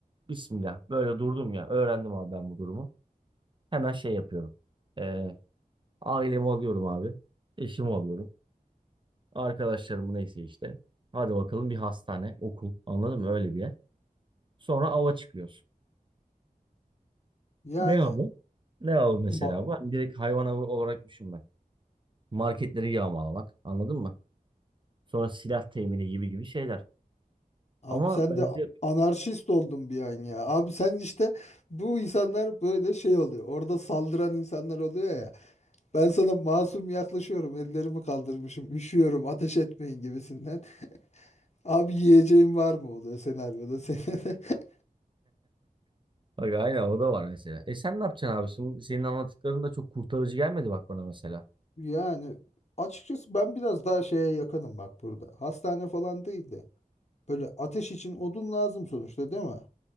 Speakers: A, on the right; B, on the left.
A: Bismillah. Böyle durdum ya. Öğrendim abi ben bu durumu. Hemen şey yapıyorum. Ee, ailemi alıyorum abi. Eşimi alıyorum. Arkadaşlarımı neyse işte. Hadi bakalım bir hastane, okul. Anladın mı? Öyle bir yer. Sonra ava çıkıyoruz.
B: Yani
A: Ne avı? Ne avı mesela
B: ma-
A: bu? Hani direkt hayvan avı olarak düşünme. Marketleri yağmalamak. Anladın mı? Sonra silah temini gibi gibi şeyler.
B: abi
A: Ama
B: sen
A: bence
B: de anarşist oldun bir an ya. Abi sen işte bu insanlar böyle şey oluyor. Orada saldıran insanlar oluyor ya. Ben sana masum yaklaşıyorum. Ellerimi kaldırmışım. Üşüyorum. Ateş etmeyin gibisinden. Abi yiyeceğim var mı oluyor senaryoda senin. <laughs>
A: bak aynen o da var mesela. E sen ne yapacaksın abi? Şimdi senin anlattıkların da çok kurtarıcı gelmedi bak bana mesela.
B: Yani açıkçası ben biraz daha şeye yakınım bak burada. Hastane falan değil de böyle ateş için odun lazım sonuçta değil mi?